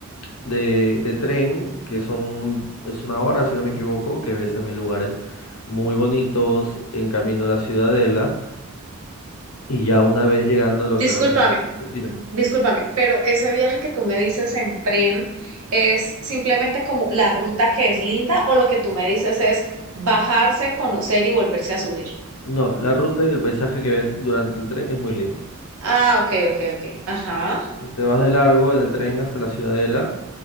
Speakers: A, on the left; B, on the right.
A: de, de tren, que son, es una hora, si no me equivoco, que ves también lugares muy bonitos en camino a la Ciudadela. Y ya una vez llegando a lo,
B: Discúlpame.
A: a lo que es Machu Picchu, dime.
B: Discúlpame, pero ese viaje que tú me dices en tren es simplemente como la ruta que es linda o lo que tú me dices es bajarse, conocer y volverse a subir.
A: No, la ruta y el paisaje que ves durante el tren es muy lindo.
B: Ah, ok, ok, ok. Ajá.
A: Entonces te vas de largo en el tren hasta la Ciudadela